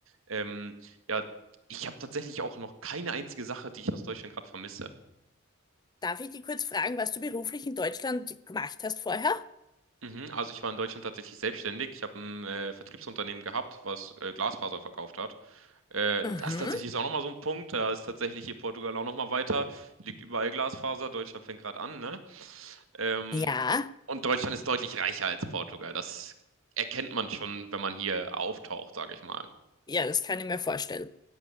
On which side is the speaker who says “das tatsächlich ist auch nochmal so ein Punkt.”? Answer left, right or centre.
Right